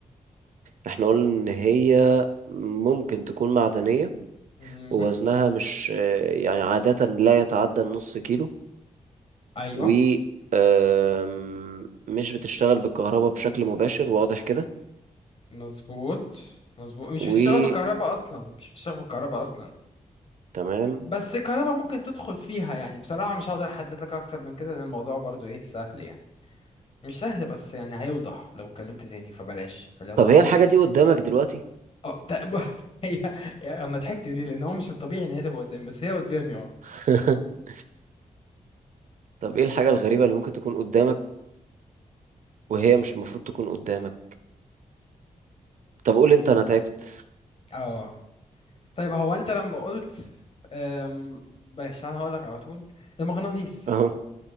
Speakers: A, on the right; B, on the left.
A: احنا قلنا ان هي ممكن تكون معدنية
B: مم.
A: ووزنها مش آه، يعني عادة لا يتعدى النص كيلو
B: ايوه
A: و آم، مش بتشتغل بالكهرباء بشكل مباشر واضح كده
B: مظبوط مظبوط مش
A: و
B: بتشتغل بالكهرباء اصلا مش بتشتغل بالكهرباء اصلا
A: تمام
B: بس الكهرباء ممكن تدخل فيها يعني بصراحة مش هقدر احدد لك اكتر من كده لان الموضوع برضو ايه سهل يعني مش سهل بس يعني هيوضح لو اتكلمت تاني فبلاش خليها
A: طب
B: صعبة
A: هي الحاجة دي قدامك دلوقتي
B: اه طيب <laughs> هي يعني انا ضحكت ليه لان هو مش الطبيعي ان هي تبقى قدامي بس هي قدامي اه
A: <laughs> طب ايه الحاجة الغريبة اللي ممكن تكون قدامك وهي مش المفروض تكون قدامك طب قول انت انا تعبت
B: اه طيب هو انت لما قلت أم... بس انا هقولك على طول المغناطيس
A: <laughs> اهو